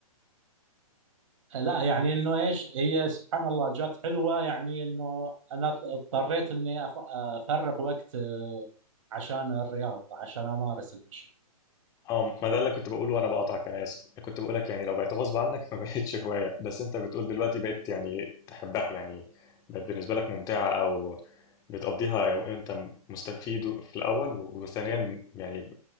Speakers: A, on the right; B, on the left.
A: لا يعني انه ايش هي سبحان الله جات حلوه يعني انه انا اضطريت اني أف- افرغ وقت آه، عشان الرياضه عشان امارس المشي
B: اه ما ده اللي كنت بقوله وانا بقاطعك انا اسف كنت بقولك يعني لو بقت غصب عنك ما بقتش هوايه بس انت بتقول دلوقتي بقيت يعني تحبها يعني بقت بالنسبه لك ممتعه او بتقضيها يعني انت مستفيد في الاول وثانيا يعني